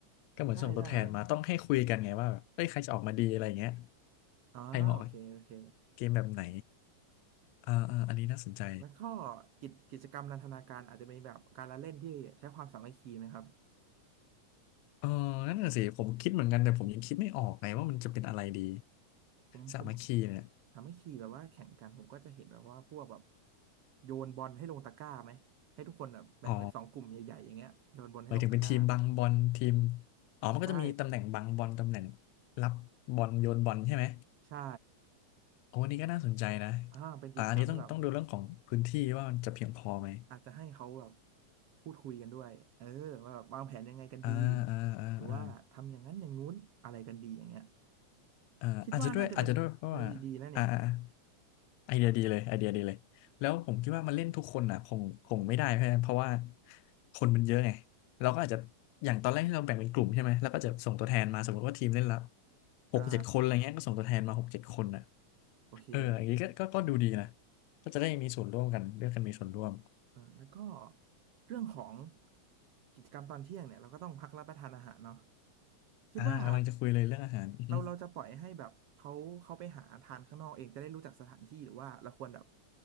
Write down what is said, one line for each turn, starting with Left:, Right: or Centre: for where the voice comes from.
Left: ก็เหมือนส่งตัวแทนมาต้องให้คุยกันไงว่าแบบเอ้ยใครจะออกมาดีอะไรอย่างเงี้ย
Right: ได้ได้นะอ๋อโอเคโอเค
Left: ใครเหมาะกับเกมแบบไหนอ่าอ่าอันนี้น่าสนใจ
Right: แล้วก็กิจกิจกรรมนันทนาการอาจจะเป็นแบบการละเล่นที่ใช้ความสามัคคีไหมครับ
Left: เออนั่นน่ะสิผมคิดเหมือนกันแต่ผมยังคิดไม่ออกไงว่ามันจะเป็นอะไรดี
Right: ผมผม
Left: สามัคคีเนี่ย
Right: สามัคคีแบบว่าแข่งกันผมก็จะเห็นแบบว่าพวกแบบโยนบอลให้ลงตะกร้าไหมให้ทุกคนแบบแบ่งเป็นสองกลุ่มใหญ่ๆอย่างเงี้ยโยนบอลให้ลงตะกร้า
Left: อ๋อหมายถึงเป็นทีมบังบอลทีมอ๋อมันก็จะมีตำแหน่งบังบอลตำแหน่ง
Right: ใช่
Left: รับบอลโยนบอลใช่ไหม
Right: ใช่
Left: โอ้อันนี้ก็น่าสนใจนะ
Right: อ่าเป็นกิจกรรมให้แบบ
Left: อ่าอันนี้ต้องต้องดูเรื่องของพื้นที่ว่ามันจะเพียงพอไหม
Right: อาจจะให้เขาแบบพูดคุยกันด้วยเออว่าแบบวางแผนยังไงกันดี
Left: อ่าอ่าอ่าอ่า
Right: หรือว่าทำอย่างนั้นอย่างงู้นอะไรกันดีอย่างเงี้ย
Left: อ่าอาจจะด้วยอาจจะด้วยเพราะว่า
Right: คิดว่าน่าจะเป็นในดีนะเนี่ย
Left: อ่าอ่าอ่าไอเดียดีเลยไอเดียดีเลยแล้วผมคิดว่ามันเล่นทุกคนอ่ะคงคงไม่ได้เพราะเพราะว่าคนมันเยอะไงเราก็อาจจะอย่างตอนแรกที่เราแบ่งเป็นกลุ่มใช่ไหมแล้วก็จะส่งตัวแทนมาสมมติว่าทีมเล่นละหกเจ็ดคนอะไรเงี้ยก็ส่งตัวแทนมาหกเจ็ดคนอ่ะ
Right: อ่าโอเคโอเค
Left: เอออย่างนี้ก็ก็ก็ดูดีนะก็จะได้มีส่วนร่วมกันเลือกกันมีส่วนร่วม
Right: อ่าแล้วก็เรื่องของกิจกรรมตอนเที่ยงเนี่ยเราก็ต้องพักรับประทานอาหารเนาะคิดว่า
Left: อ่ากำลังจะคุยเลยเรื่องอาหารอือฮึ
Right: เราเราจะปล่อยให้แบบเขาเขาไปหาทานข้างนอกเองจะได้รู้จักสถานที่หรือว่าเราควรแบบ